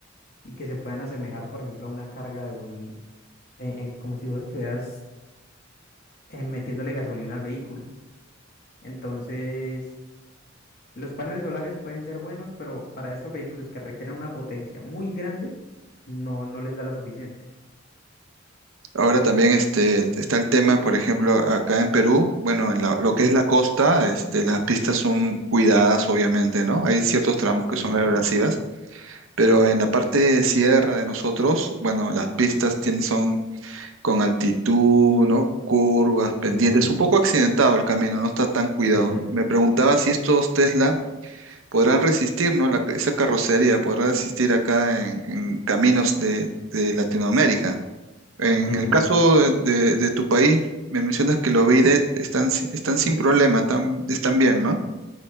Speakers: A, on the left; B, on the right.
A: y que se puedan asemejar, por ejemplo, a una carga de un, eh, eh, como si vos estuvieras eh, metiéndole gasolina al vehículo. Entonces, los paneles solares pueden ser buenos, pero para estos vehículos que requieren una potencia muy grande, no, no les da lo suficiente.
B: Ahora también este, está el tema, por ejemplo, a- acá en Perú, bueno, en la- lo
A: Ujú,
B: que es la costa, este, las pistas son cuidadas, obviamente, ¿no? Hay ciertos tramos que
A: ujú,
B: son abrasivas, pero en la parte de sierra de nosotros, bueno, las pistas tienen, con altitud, ¿no? Curvas, pendientes,
A: ujú,
B: un poco accidentado el camino, no está tan cuidado.
A: ujú,
B: Me preguntaba si estos Tesla podrán resistir, ¿no? La- esa carrocería podrá resistir acá en, en caminos de, de Latinoamérica. En
A: ujú.
B: el caso de, de- de tu país, me mencionas que los BYD están, si- están sin problema, están, están bien, ¿no?